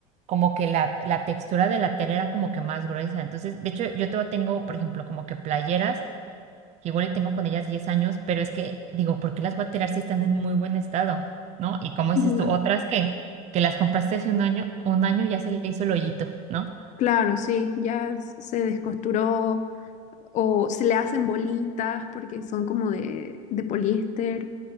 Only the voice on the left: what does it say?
Ujú.
Claro, sí, ya se descosturó o se le hacen bolitas porque son como de, de poliéster.